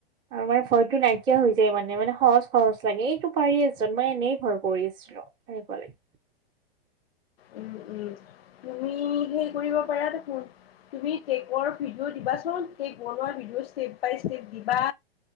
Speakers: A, on the right; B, on the left.
A: অ আৰু মানে ভয়টো নাইকিয়া হৈ যায় মানে মানে সহজ খৰচ লাগে, এইটো পাৰি আছ মই এনেই ভয় কৰি আছিলো। সেনেকুৱা লাগে
B: উম উম, তুমি সেই কৰিব পাৰা দেখোন তুমি কেকৰ ভিডিঅ' দিবাচোন? কেক বনোৱা ভিডিঅ ষ্টেপ বাই ষ্টেপ দিবা?